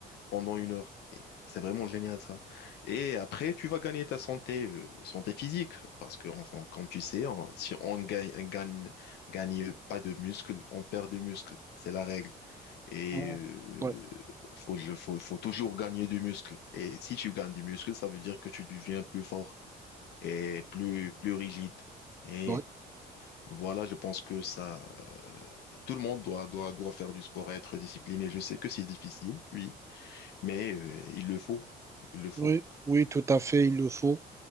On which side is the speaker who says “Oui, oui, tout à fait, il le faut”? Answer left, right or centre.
Right